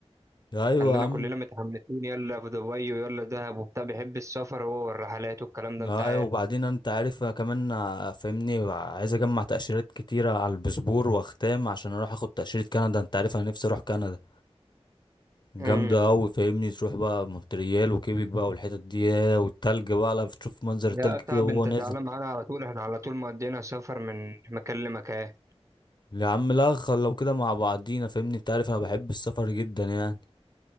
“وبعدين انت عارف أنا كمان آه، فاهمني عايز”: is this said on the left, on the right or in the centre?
Left